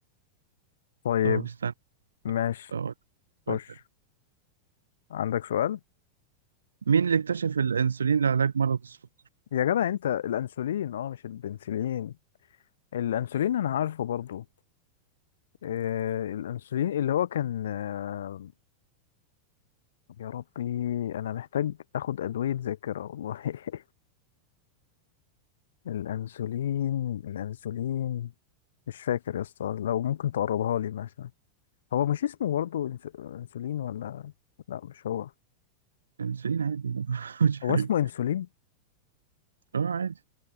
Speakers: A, on the left (about 60°); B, on the right (about 70°).
A: طيب
B: طب استنى
A: ماشي
B: أقول لك
A: خش
B: سؤال حلو.
A: عندك سؤال
B: مين اللي اكتشف الانسولين لعلاج مرض السكر؟
A: يا جدع انت الانسولين اه مش البنسلين الانسولين انا عارفه برضو آه الانسولين اللي هو كان آه يا ربي انا محتاج اخد ادوية ذاكرة والله <laughs> الانسولين الانسولين مش فاكر يا اسطى لو ممكن تقربها لي مثلا هو مش اسمه برضو إنس- انسولين ولا لا مش هو
B: الانسولين عادي <laughs> مش حاجة
A: هو اسمه انسولين
B: اه عادي